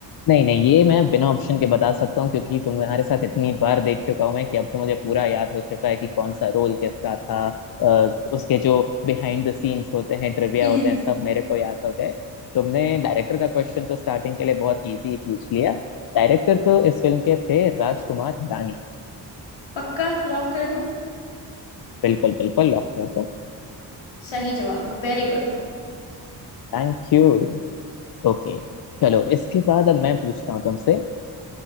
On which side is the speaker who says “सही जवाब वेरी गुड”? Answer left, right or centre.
Left